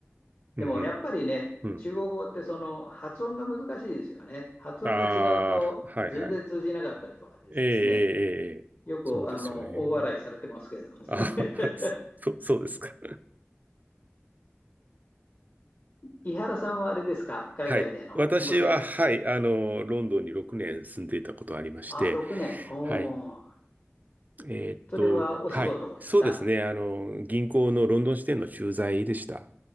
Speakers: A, on the right; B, on the left.
A: うん、
B: でもやっぱりね、
A: うん、うん。
B: 中国語ってその発音が難しいですよね。発音が違うと全然通じなかったりとかですね。
A: ああ、はい、はい。ええ、ええ、ええ。
B: よくあの大笑いされてますけれども、
A: そうですよね。
B: ね、
A: あ、そ、<laughs> そうですか。
B: <laughs> 井原さんはあれですか、海外でのご生活っていうの。
A: はい。私は、はい、あの、ロンドンに6年住んでいたことありまして、
B: ああ、6年。おお、
A: はい。えーっと、
B: それはお仕事ですか。
A: はい。そうですね。あの、銀行のロンドン支店の駐在でした。